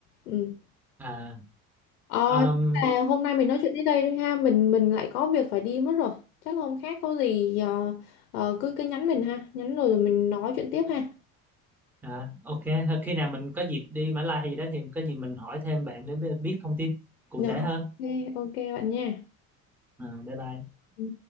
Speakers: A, on the left; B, in the centre.
A: ừ.
B: à,
A: Ờ,
B: um,
A: à, hôm nay mình nói chuyện đến đây thôi ha mình mình lại có việc phải đi mất rồi chắc là hôm khác có gì ờ, ờ, cứ cứ nhắn mình ha nhắn rồi rồi mình nói chuyện tiếp ha
B: À, ok, Thôi khi nào mình có dịp đi Mã Lai hay gì đó thì có gì mình hỏi thêm bạn để biết thông tin cụ
A: Dạ.
B: thể
A: ok
B: hơn.
A: ok bạn nha
B: À, bye bye.
A: Ừ.